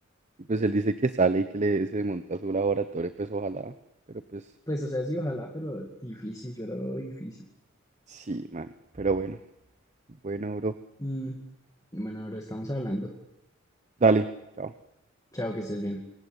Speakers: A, on the right; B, on the left.
A: Y pues él dice que sale y que le se monta su laboratorio, pues ojalá. Pero pues,
B: Pues, o sea, sí, ojalá, pero difícil, yo lo veo difícil.
A: sí, man. Pero bueno, bueno, bro.
B: Mm, Bueno, ahora estamos hablando.
A: Dale, chao.
B: Chao, que estés bien.